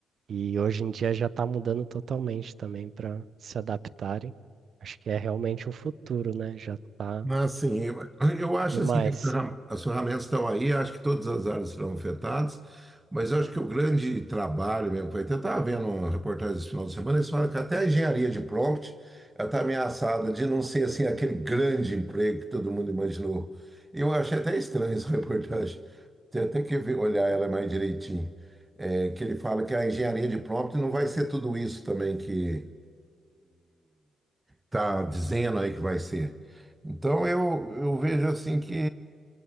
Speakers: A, on the right (about 60°); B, on the right (about 20°).
A: e hoje em dia já está mudando totalmente também para se adaptarem. Acho que é realmente o futuro, né? Já está
B: Mas assim, eu, eu acho
A: demais.
B: assim que as ferram- as ferramentas estão aí, acho que todas as áreas serão afetadas, mas eu acho que o grande trabalho mesmo, foi até estava vendo uma reportagem esse final de semana, eles falam que até a engenharia de prompt ela está ameaçada de não ser assim aquele grande emprego que todo mundo imaginou. Eu achei até estranho essa <laughs> reportagem. Tem até que ver- olhar ela mais direitinho. É, que ele fala que a engenharia de prompt não vai ser tudo isso também que, está dizendo aí que vai ser. Então eu, eu vejo assim que,